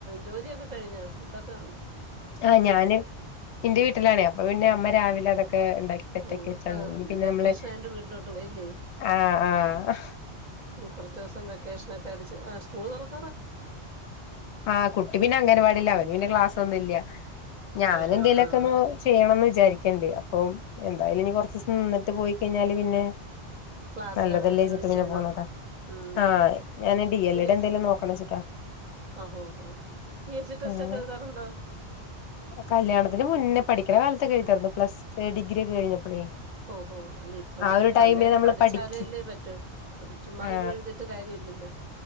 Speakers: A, on the right; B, on the left.
A: ജോലിയൊക്കെ കഴിഞ്ഞാ ഫുഡൊക്കെ ഒണ്ടാ
B: ആ ഞാന് ഇന്റ് വീട്ടിലാണേ അപ്പൊ പിന്നെ അമ്മ രാവിലെ അതൊക്കെ ഇണ്ടാക്കി സെറ്റാക്കി
A: ഓ
B: വെച്ചാണ്ട്
A: ഇപ്പൊ
B: ഇനി പിന്നെ
A: വെക്കേഷൻ
B: നമ്മള്
A: ആയോണ്ട് വീട്ടിലോട്ട് പോയല്ലേ
B: ആഹ്‌ ആഹ്
A: ഇനി കൊറച്ച് ദിവസം വെക്കേഷനൊക്കെ അടിച്ച് ആ സ്കൂള് തൊറ
B: ആ കുട്ടി പിന്നെ അംഗനവാടിലാ അവൻ പിന്നെ ക്ലാസ് ഒന്നില്യ ഞാൻ
A: ആഹാ
B: എന്തെേലൊക്കെയൊന്ന്
A: ആഹ്
B: ചെയ്യണംന്ന് വിചാരിക്ക് ണ്ട് അപ്പൊ എന്തായാലും ഇനി കൊറച്ച് ദിവസം നിന്നിട്ട് പോയി കഴിഞ്ഞാല് പിന്നെ
A: ക്ലാസ്സിനാകണം
B: നല്ലതല്ലേ
A: ജോയിൻ
B: ചുട്ടു പിന്നെ
A: ചെയ്യണം
B: പോണത്
A: ഉം
B: ആ ഞാൻ D
A: P
B: L A
A: S
B: D എന്തെലും നോക്കണന്ന് വെച്ച്
A: ഹോ ഹോ പി എസ് സി ടെസ്റ്റൊക്കെ
B: ആഹ്
A: എഴുതാറുണ്ടോ?
B: കല്യാണത്തിന് മുന്നേ പഠിക്കണ കാലത്തെ എഴുതാരുന്നു പ്ലസ് ഡിഗ്രി ഒക്കെ കഴിഞ്ഞപ്പോഴെ
A: ഓഹോ അല്ല ഇപ്പം
B: ആ
A: പിന്നെ
B: ഒരു ടൈമില്
A: നല്ലതായിട്ട്
B: നമ്മള്
A: പഠിച്ചാലല്ലേ
B: പഠിക്കു
A: പറ്റൂ ചുമ്മാ
B: ആ
A: എഴുതിയിട്ട് കാര്യമില്ലല്ലേ